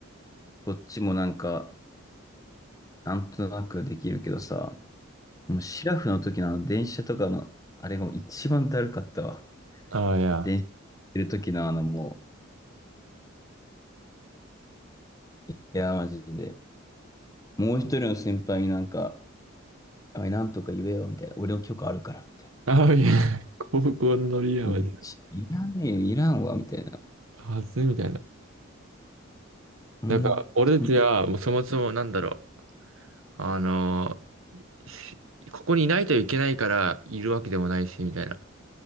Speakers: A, on the left; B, on the right.
A: こっちもなんか、なんとなくできるけどさ、もうシラフの時のあの電車とかの、あれがもう一番だるかったわ。
B: ああ、いや。
A: 電車乗ってる時のあのもう、いやー、マジで。もう一人の先輩になんか、あい、なんとか言えよ、みたいな。俺の許可あるから、みたい
B: ああ、いや。高校のリアマジで。
A: な。いや、いらねえよ、いらんわ、みたいな。
B: はずいみたいな。
A: ほんとに、
B: なんか、俺たちは、もうそもそもなんだろう。あのーしここにいないといけないからいるわけでもないし、みたいな。